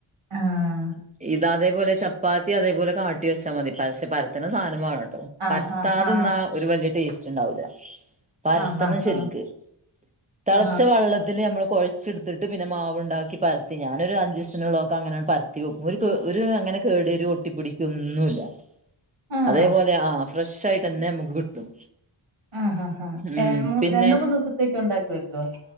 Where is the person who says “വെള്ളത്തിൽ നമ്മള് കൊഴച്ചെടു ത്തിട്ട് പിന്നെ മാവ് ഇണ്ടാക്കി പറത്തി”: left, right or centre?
Right